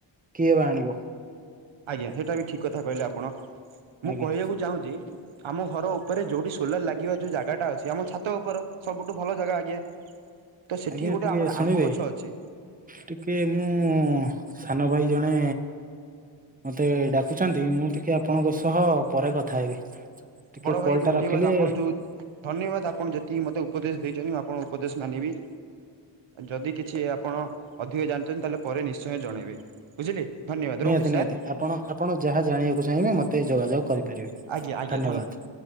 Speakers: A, on the right (about 20°); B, on the right (about 80°).
A: କିଏ ବା ଆଣିବ।
B: ଆଜ୍ଞା। ସେଇଟା ବି ଠିକ କଥା କହିଲେ ଆପଣ। ମୁଁ
A: ଆଜ୍ଞା
B: କହିବାକୁ ଚାହୁଁଛି ଆମ ଘର ଉପରେ ଯୋଉଠି ସୋଲାର ଲାଗିବା ଯୋଉ ଜାଗା ଟା ଅଛି ଆମ ଛାତ ଉପରେ ସବୁଠୁ ଭଲ ଜାଗା ଆଜ୍ଞା ତ ସେଠି
A: ଆଜ୍ଞା
B: ଗୋଟେ
A: ଟିକେ
B: ଆମର
A: ଶୁଣିବେ
B: ଆମ୍ବ ଗଛ ଅଛି।
A: ଟିକେ ମୁଁ ସାନ ଭାଇ ଜଣେ ମତେ ଡାକୁଛନ୍ତି ମୁଁ ଟିକେ ଆପଣଙ୍କ ସହ ପରେ କଥା ହେବି। ଟିକେ
B: ବଡ଼ ଭାଇ
A: କଲ୍
B: ଧନ୍ୟବାଦ
A: ଟା ରଖିଲେ
B: ଆପଣ ଯଉ ଧନ୍ୟବାଦ ଆପଣ ଯେତିକି ମତେ ଉପଦେଶ ଦେଇଛନ୍ତି ମୁଁ ଆପଣ ଉପଦେଶ ମାନିବି। ଯଦି କିଛି ଆପଣ ଅଧିକ ଜାଣିଛନ୍ତି ତାହେଲେ ପରେ ନିଶ୍ଚୟ ଜଣେଇବେ। ବୁଝିଲି? ଧନ୍ୟବାଦ।
A: ନିହାତି
B: ରହୁଛି
A: ନିହାତି
B: ସାର୍
A: ଆପଣ ଆପଣ ଯାହା ଜାଣିବାକୁ ଚାହିଁବେ ମୋତେ ଯୋଗାଯୋଗ କରିପାରିବେ
B: ଆଜ୍ଞା ଆଜ୍ଞା
A: ଧନ୍ୟବାଦ।